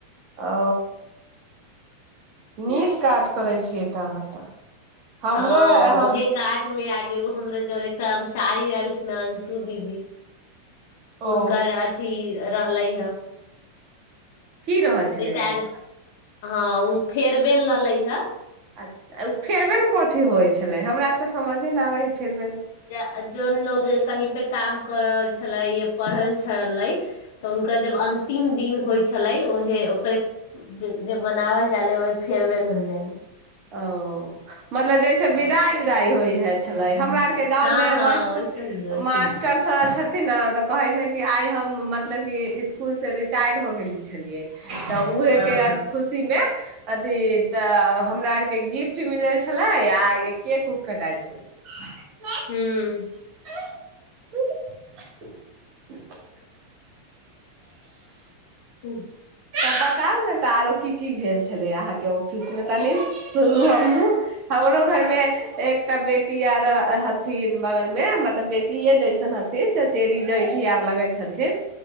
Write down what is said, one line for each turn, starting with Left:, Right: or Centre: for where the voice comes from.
Right: ओ नीक काज करै छियै तऽ अहाँ तऽ हमरो
Left: हँ
Right: हम
Left: ओही काज मे आज एगो हमलोग जरे कम चाली रहलखिन हन अंशु दीदी हुनकर
Right: ओ
Left: अथी रहलै हें
Right: की रहल छलै
Left: रिटायर
Right: हुनकर
Left: हँ उ फेरबेल रहले हइ
Right: अच्छा उ फेरबेल कथि अथी होइ छलै हमरा तऽ समझ दिन आबै हइ फेरवेल
Left: ज जोन लोग कहीं पे काम क रहल छलै पढ़ल छलै तऽ हुनका जब अंतिम दिन होइ छलै ओ ओकरे जे मनावल जाले ओहे फेरवेल होल जा
Right: ओ मतलब जैसे विदाइ विदाई होइ हइ छले हमरा आर के गाँव
Left: हँ
Right: में
Left: हँ
Right: मासट
Left: वैसे ही वैसे
Right: मास्टर
Left: ही
Right: सब छथिन ने तऽ कहै छै कि आइ हम मतलब कि इसकुलसँ रिटायर हो गेल छलियै तऽ उहके
Left: हँ हँ
Right: अथि खुशीमे अथी तऽ हमरा आर के गिफ्ट मिलल छलै आइ केक उक कटाइ छलै ह <inaudible>
Left: हूँ
Right: <inaudible>
Left: हूँ
Right: त बताउ ने तऽ आरो की की भेल छलै अहाँके ऑफिस मे तनी सुनू हमहुँ हमरो घर मे एकटा बेटी आर हथिन बगलमे मतलब बेटीे जैसन हथिन चचेरी जधी आर लगै छलथिन